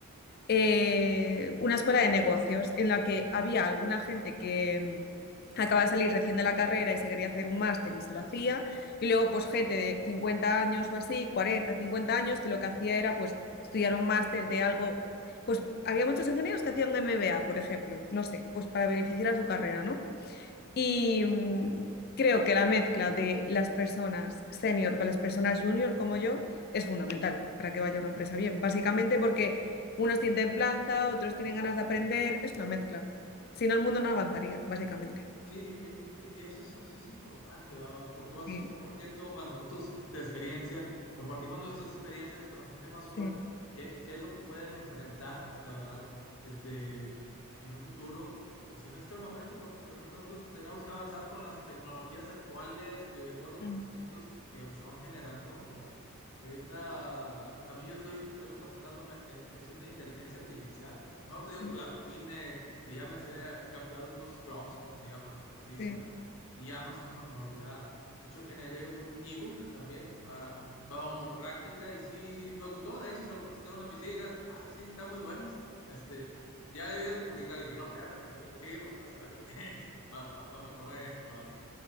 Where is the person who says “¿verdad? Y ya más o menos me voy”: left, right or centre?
Left